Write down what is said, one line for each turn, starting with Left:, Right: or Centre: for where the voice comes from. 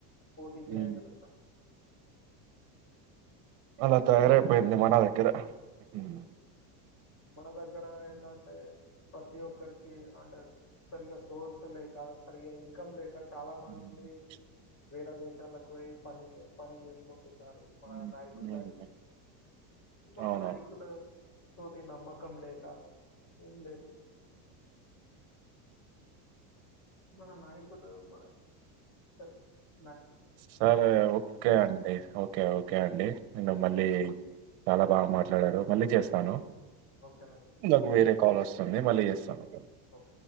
Left: పోటి చేయ
Right: ఉమ్.
Left: గలుగుత
Right: అలా తయారైపోయింది మన దగ్గర ఉమ్.
Left: ఊ మన దగ్గర ఏంటంటే ప్రతి ఒక్కరికి అంటే సరిగా సోర్స్ లేక సరిగా ఇన్కమ్ లేక చాలా మంది
Right: ఉమ్.
Left: వేరే దేశాలకు పోయి పనీ పని చేసుకుంటున్నారు మన
Right: ఉమ్.
Left: నాయకుల మా
Right: అవును
Left: నాయకు తోటీ నమ్మకం లేక ఏం లేక మన నాయకుల బాయ్ అట
Right: సరే ఓకే అండి ఓకే ఓకే అండి నేను మళ్ళీ
Left: ఓకే అం
Right: చాలా బాగా మాట్లాడారు మళ్ళీ చేస్తాను.
Left: ఓకేనండి
Right: నాకు
Left: థ్యాంక్
Right: వేరే
Left: యూ
Right: కాల్ వస్తుంది మళ్ళీ చేస్తాను.
Left: ఓకే